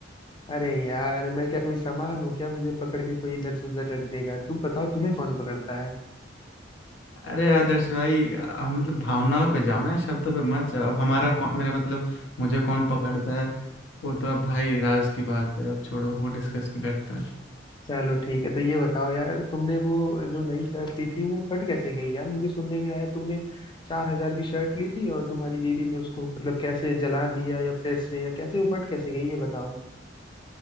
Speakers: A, on the left; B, on the left.
A: अरे यार मैं क्या कोई सामान हूँ क्या मुझे पकड़ के कोई इधर से उधर रख देगा तुम बताओ तुम्हें कौन पकड़ता है
B: अरे आदर्श भाई आ, मतलब भावनाओं पे जाओ ना शब्दों पे मत जाओ अब हमारा कौन मेरा मतलब मुझे कौन पकड़ता है वो तो अब भाई राज की बात है अब छोड़ो वो डिस्कस नहीं करते हैं
A: चलो ठीक है तो ये बताओ यार तुमने वो जो नई शर्ट ली थी वो फट कैसे गई यार मुझे सुनने में आया तुमने चार हजार की शर्ट ली थी और तुम्हारी बीबी ने उसको मतलब कैसे जला दिया या प्रेस से या कैसे वो फट कैसे गई ये बताओ